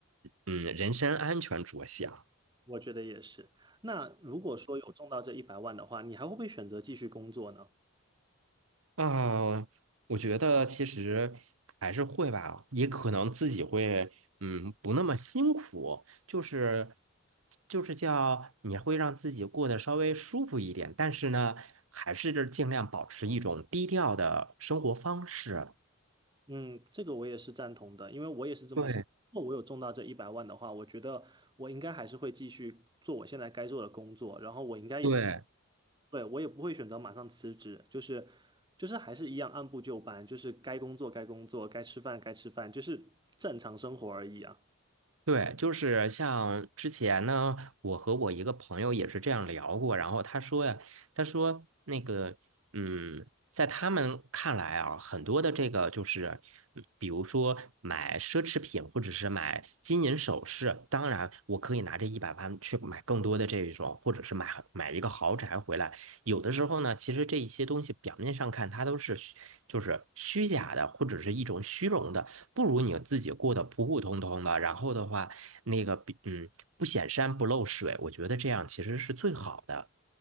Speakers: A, on the right (about 75°); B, on the right (about 20°).
A: 嗯人身安全着想。
B: 我觉得也是。那如果说有中到这一百万的话，你还会不会选择继续工作呢？
A: 啊，我觉得其实还是会吧，也可能自己会，嗯，不那么辛苦，就是就是叫你会让自己过得稍微舒服一点，但是呢，还是尽量保持一种低调的生活方式。
B: 嗯，这个我也是赞同的，因为我也是这么想。
A: 对
B: 如果我有中到这一百万的话，我觉得我应该还是会继续做我现在该做的工作，然后我应该也不，
A: 对，
B: 对，我也不会选择马上辞职，就是就是还是一样按部就班，就是该工作该工作，该吃饭该吃饭，就是正常生活而已啊。
A: 对，就是像之前呢，我和我一个朋友也是这样聊过，然后他说呀，他说那个，嗯，在他们看来啊，很多的这个就是，嗯比如说买奢侈品或者是买金银首饰，当然我可以拿这一百万去买更多的这一种，或者是买买一个豪宅回来。有的时候呢，其实这一些东西表面上看它都是虚就是虚假的，或者是一种虚荣的。不如你自己过得普普通通的，然后的话，那个嗯不显山不漏水，我觉得这样其实是最好的。